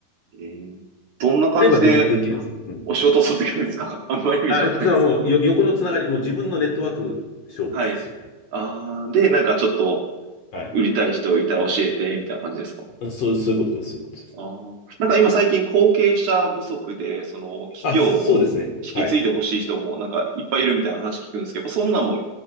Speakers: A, on the right; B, on the left.
A: ええどんな感じで
B: ればでき、できる。うん。
A: お仕事を取ってくるんですか <laughs> あんまりイメージわかんないんですけど。
B: あ、それはもうよ、横のつながり、もう自分のネットワーク勝負ですよね。
A: はい。ああで、なんかちょっと
B: はい。
A: 売りたい人いたら教えて、みたいな感じですか
B: そう、そういうことです。そういうことです。
A: ああなんか今最近後継者不足で、その企業を引き継いでほしい人もなんかいっぱいいるみたいな話聞くんですけど、
B: あ、そうですね。はい。
A: やっぱそんなんも